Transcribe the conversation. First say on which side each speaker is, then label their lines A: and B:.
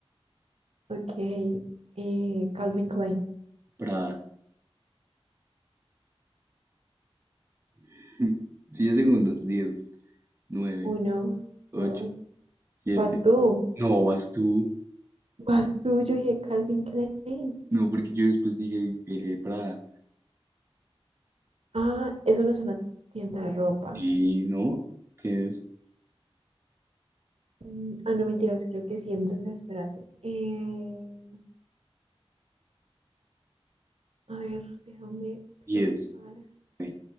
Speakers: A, on the right (about 75°); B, on the right (about 25°).
A: ok, eh, Calvin Klein,
B: Prada. <laughs> 10 segundos. diez nueve
A: uno,
B: ocho
A: dos,
B: siete
A: vas tú.
B: No, vas tú.
A: Vas tú, yo dije Calvin Klein.
B: No, porque yo después dije eh, Prada.
A: Ah, eso no es una tienda de ropa.
B: Y no, ¿qué es?
A: Mm, ah, no, mentiras, creo que sí. Entonces, espérate. Eh, a ver, déjame
B: diez
A: pensar.
B: nueve